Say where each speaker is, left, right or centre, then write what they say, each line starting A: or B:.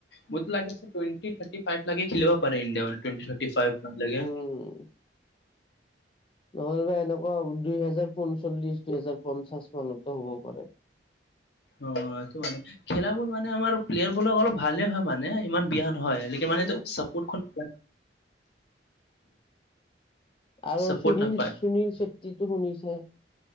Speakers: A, on the left (about 70°); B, on the left (about 30°).
A: মই লাগে টুৱেন্টি থাৰ্টি ফাইভ লাগে খেলিব পাৰে ইণ্ডিয় মানে। থাৰ ফভ লাগে।
B: উম নহলেবা এনেকুৱা দুই হেজাৰ পঞ্চল্লিশ দুই হোজাৰ পঞ্চাশ মানতো হ'ব পাৰে।
A: অ সেইটো মানে খেলাাবোৰ মানে আমাৰ প্লেয়াৰ বোৰক অলপ ভালে হয় মানে ইমান বিহান হয় একে মানে
B: অ
A: চাপৰ্টখন <unintelligible>
B: আৰু
A: চাপৰ্ট
B: সুনীল
A: নাপায়
B: সুনীল চেত্ৰীটো শুনিছে?